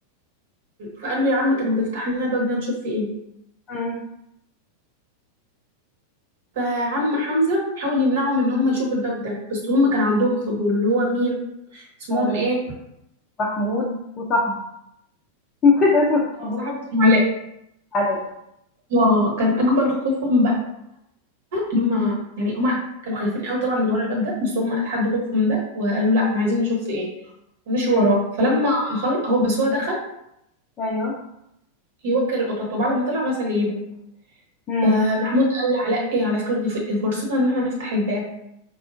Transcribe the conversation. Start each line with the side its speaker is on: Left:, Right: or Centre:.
Right: فقال له يا عم طب ما تفتح لنا الباب ده نشوف فيه إيه
Left: إمم،
Right: فعم حمزة حاول يمنعهم إن هم يشوفوا الباب ده بس هم كان عندهم فضول اللي هو مين اسمهم
Left: أيوه،
Right: ايه
Left: محمود وصاحبه <laughs> نسيت اسم
Right: اه
Left: صاحبه،
Right: صاحب اسمه علاء
Left: حلاوي،
Right: اه كان اكبر خوفهم بقى ان هم يعني هم كانوا خايفين قوي طبعا من اللي ورا الباب ده بس هم اتحدوا خوفهم ده وقالوا لا احنا عايزين نشوف في ايه ومشي
Left: إمم،
Right: وراه فلما خل... هو بس هو دخل
Left: أيوه،
Right: يوكل القطط وبعد ما طلع غسل ايده
Left: إمم،
Right: فمحمود قال لعلاء ايه على فكره دي ف- فرصتنا ان احنا نفتح الباب